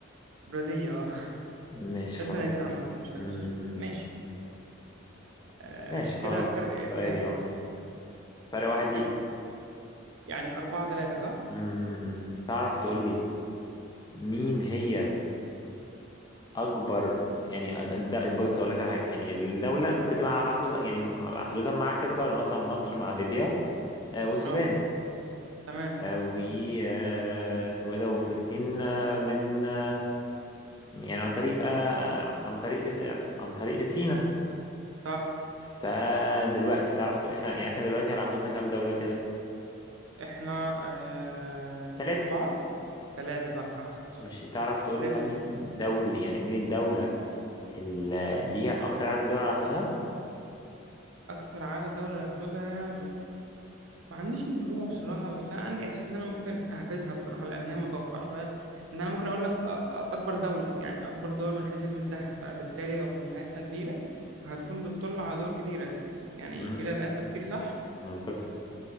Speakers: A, on the right; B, on the left.
A: برازيليا اه <laughs>
B: ماشي خلاص
A: اسم لذيذ عامة مش وحش
B: مم، مم،
A: ماشي
B: مم، مم.
A: آه
B: ماشي
A: كده
B: خلاص
A: فرق
B: السؤال
A: كام؟
B: اه فرق واحد
A: فاكر
B: ليك
A: يعني أربعة ثلاثة صح؟
B: مم. تعرف تقول لي مين هي أكبر يعني ده بص أقول لك على حاجة يعني الدولة بتبقى
A: آه.
B: على حدود يعني حدودها مع كذا دولة مثلا مصر مع ليبيا آه، والسودان
A: اه تمام
B: آه، و آه، اسمه ايه ده وفلسطين آه، من آه، يعني عن طريق آه، آه، عن طريق س- عن طريق سيناء
A: صح
B: فدلوقتي تعرف تق- احنا يعني احنا دلوقتي على حدودنا كام دولة كده؟
A: احنا آه،
B: ثلاثة
A: أربعة ثلاثة صح صح صح سوري
B: ماشي تعرف تقول
A: ليبيا
B: لي بقى مين
A: والسودان.
B: دولة يعني مين الدولة اللي ليها أكتر عدد دول على حدودها؟
A: أكتر عدد دول اللي هحددها ما عنديش المعلومة بصراحة بس أنا عندي إحساس إن أنا ممكن أهبطها بصراحة لأن هي متوقعة شوية إن أنا ممكن أقول لك أ- أ- أكبر دولة يعني أكبر دول من حيث المساحة فبالتالي لو مساحتها كبيرة فهتكون بتطل على دول كتيرة يعني
B: مم.
A: إلى الآن تفكيري صح؟
B: منطقي